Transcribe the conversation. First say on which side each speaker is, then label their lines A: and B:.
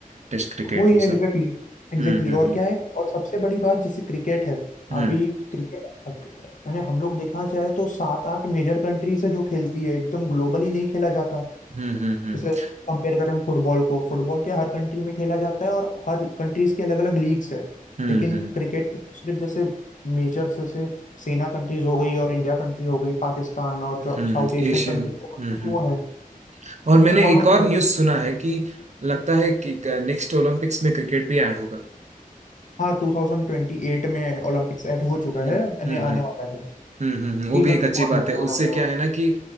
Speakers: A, on the right; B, on the left.
A: टेस्ट क्रिकेट
B: वही
A: वो
B: एग्जैक्टली
A: सब
B: एग्जैक्टली
A: हम्म हम्म
B: और क्या है और सबसे बड़ी बात जैसे क्रिकेट है
A: हम्म
B: अभी क्रिकेट यानी हम लोग देखा जाए तो सात आठ मेजर कंट्रीज है जो खेलती है एकदम ग्लोबली नहीं खेला जाता
A: हम्म हम्म हम्म
B: जैसे
A: हम्म
B: कंपेयर करें फुटबॉल को फुटबॉल के हर कंट्री में खेला जाता है और हर कंट्रीज के अलग अलग लीग्स है
A: हम्म
B: लेकिन
A: हम्म
B: क्रिकेट में तो सिर्फ जैसे मेजर जैसे सेना कंट्रीज हो गई और इंडिया कंट्री हो गई पाकिस्तान और जो
A: हम्म
B: साउथ एशियन
A: एशियन
B: कंट्री तो मतलब
A: हम्म हम्म।
B: वो है
A: और मैंने
B: वहाँ
A: एक और
B: पे है
A: न्यूज़ सुना है कि लगता है कि नेक्स्ट ओलंपिक्स में क्रिकेट भी ऐड होगा
B: हाँ 2028 में ओलंपिक्स ऐड हो चुका
A: हम्म
B: है यानी
A: हम्म हम्म
B: आने वाला है
A: हम्म हम्म, हम्म, वो
B: टी
A: भी
B: ट्वेंटी
A: एक अच्छी
B: फॉर्मेट
A: बात
B: में
A: है
B: होने
A: उससे
B: वाला
A: क्या
B: है वो।
A: है ना कि